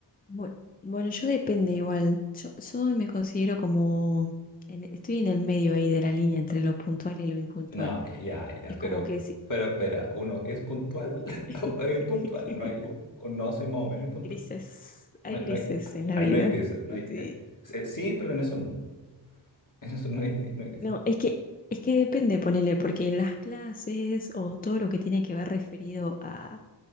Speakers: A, on the left; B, on the left.
A: Bueno, bueno, yo depende igual. Yo, yo me considero como, en- estoy en el medio ahí de la línea entre lo puntual y lo impuntual.
B: No, ya, ya,
A: Es
B: pero,
A: como que si-
B: pero espera, ¿uno es puntual
A: <laughs>
B: <laughs> o es impuntual? No hay, un- o no soy más o menos impuntual.
A: grises,
B: No,
A: hay
B: hay-
A: grises
B: no hay,
A: en la
B: ahí
A: vida.
B: no hay gris, no hay,
A: Sí.
B: eh, eh, sí, pero en eso no. En eso no hay, no hay gris.
A: No, es que, es que depende, ponele, porque en las clases o todo lo que tiene que ver referido a